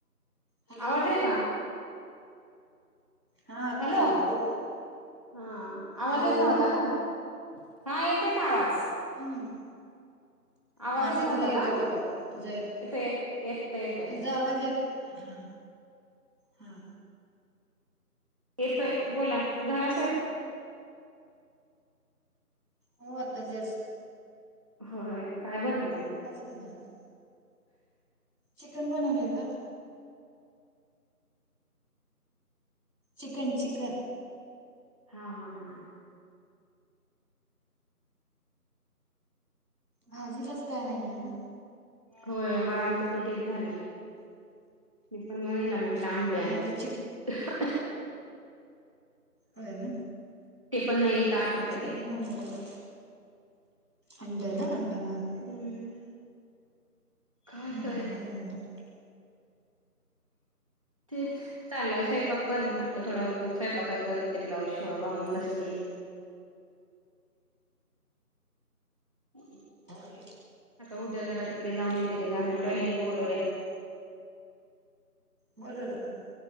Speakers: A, in the centre; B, on the right.
A: हॅलो.
B: आवाज आहे का?
A: हा आत्ता
B: हॅलो
A: आला बोल.
B: हा आवाज
A: हॅलो.
B: येत नव्हता का? हा येतोय का आवाज.
A: हम्म.
B: आवाज
A: माझा
B: येत नव्हता
A: तुला येतोय का बघ तुझा येतोय.
B: येत येतोय येतोय
A: तुझा आवाज येतोय. हा हा.
B: येतोय
A: बोल
B: बोला झाला स्वयंपाक?
A: हो, आता जस्ट.
B: हो काय बनव
A: आत्ताच का झालं चिकन बनवले का? चिकन चिकन
B: हा हा हा
A: भाजीलाच काय नाहीये ना
B: होय मला आमचं पण तेच झालंय मी पण मणीला म्हंटलं अंडी
A: त्यामुळे
B: आणा
A: आता चिक होन
B: ते पण नाही इथं आठ रुपयाला
A: चिकन
B: आहे
A: बनवलय अडं ना अंड मागे
B: हम् काय
A: नाही
B: करायच
A: महागलय अंड
B: तेच चालय स्वयपांंक पण म्हटलं थोडा स्वयपांक करते ब्लाऊज शिवा वामून बसल्या. ह्
A: होेय
B: आता उद्या जरा तिकडे जाऊन येते ते गार्मेंटवालेनी बोलवलय
A: बोलूला का?